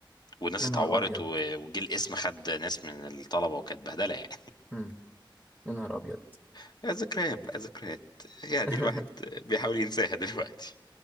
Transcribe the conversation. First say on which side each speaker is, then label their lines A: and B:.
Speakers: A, on the left; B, on the left.
A: والناس
B: يا
A: اتعورت
B: نهار ابيض
A: و- وجه الاسم خد ناس من الطلبه وكانت بهدله يعني
B: مم. يا نهار ابيض
A: <laughs> ذكريات بقى ذكريات يعني
B: <laughs>
A: الواحد بيحاول ينساها دلوقتي